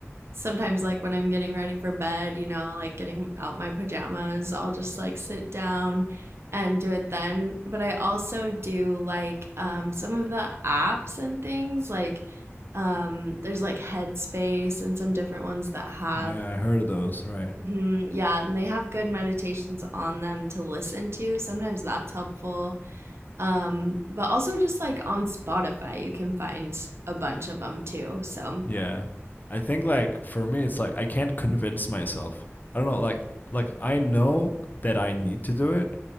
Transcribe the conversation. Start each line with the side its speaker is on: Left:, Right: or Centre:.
Right: sometimes like when I'm getting ready for bed, you know, like getting out my pajamas, I'll just like sit down and do it then. But I also do like um some of the apps and things like um there's like Headspace and some different ones that have
Left: Yeah, I heard of those. Right.
Right: Mhm, yeah, and they have good meditations on them to listen to. Sometimes that's helpful. Um, but also just like on Spotify, you can find a bunch of them too. So,
Left: Yeah. I think like for me it's like I can't convince myself. I don't know, like like I know that I need to do it.